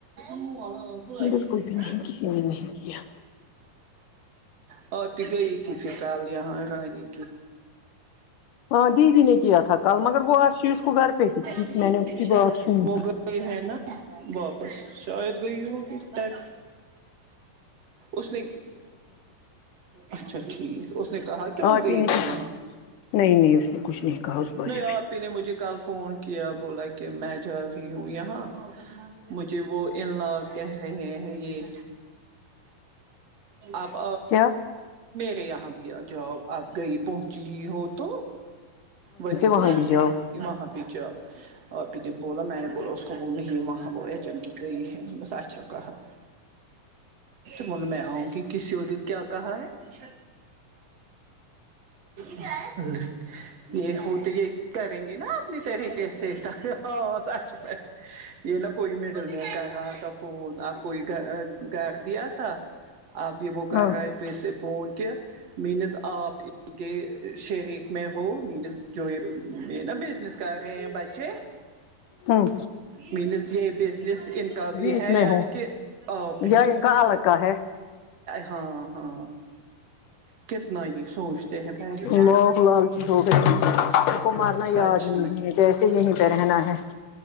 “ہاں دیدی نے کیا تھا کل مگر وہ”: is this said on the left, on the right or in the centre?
Left